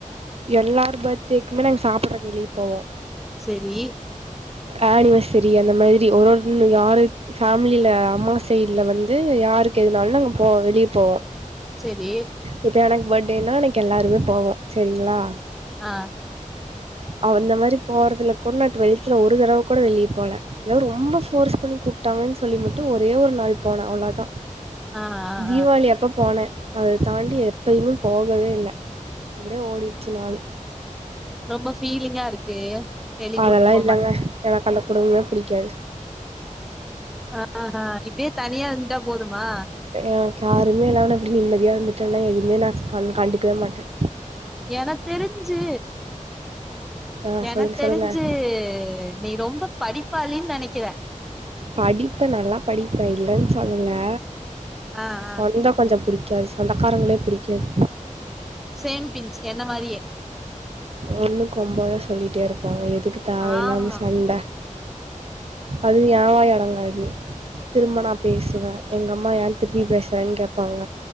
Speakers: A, on the right (about 50°); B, in the centre.
A: எல்லார் பர்த்டேக்குமே நாங் சாப்பிறதுக்கு வெளிய போவோ
B: சேரி
A: ஆனிவர்ஸரி அந்த மாதிரி ஒரு ஒருன்னு வாரு ஃபேம்லில அம்மா சைட்ல வந்து யாருக்கு எதுனாலு நாங்க போவோ வெளிய போவோ
B: செரி
A: இப்ப எனக்கு பர்டேன்னா அன்னைக்கு எல்லாருமே போவோ சரிங்குளா
B: ஆ
A: அந்த மாரி போறதுல கூட நா டுவெல்த்ல ஒரு தடவ கூட வெளிய போல எதா ரொம்போ ஃபோர்ஸ் பண்ணி கூப்ட்டாங்கன் சொல்லி மட்டு ஒரே ஒரு நாள் போன அவுளதா
B: ஆ, ஆ,
A: தீவாளி
B: ஆ.
A: அப்ப போனே அத தாண்டி எப்பயுமே போகவே இல்ல அப்டியே ஓடிர்ச்சு நாளு
B: ரொம்ப ஃபீலிங்கா இருக்கு வெளிய
A: அதெல்லா
B: கூட்டு போ
A: இல்லங்க
B: மாட்டீங்க
A: எனக்கு அந்த குடும்பமே புடிக்காது
B: ஆ அ அ இப்டியே தனியா இருந்துட்டா போதுமா
A: எனக்கு யாருமே எல்லாம நா இப்டி நிம்மதியா இருந்துட்டேனா எதுமே நான் கண் கண்டுக்குவே மாட்ட
B: எனக் தெரிஞ்சு
A: நான்
B: எனக்
A: சொல்லுங்கள்
B: தெரிஞ்சு
A: சொல்லுங்கள்
B: நீ ரொம்ப படிப்பாளி நெனைக்கிற
A: படிப்பு நல்லா படிப்பே இல்லன் சொல்ல
B: ஆ ஆ
A: சொந்தோ கொஞ்சோ புடிக்காது சொந்தக்காரங்ளே புடிக்காது
B: சேம் பிஞ்ச் என்ன மாரியே
A: ஒன்னுக் ஒம்போதா சொல்லிட்டே இருப்பாங்க எதுக்கு தேவையில்லாம
B: ஆமா
A: சண்ட அதுவு என் வாய் அடங்காது திரும்ப நான் பேசுவ எங்க அம்மா ஏன் திரும்பி பேசுறேன் கேப்பாங்க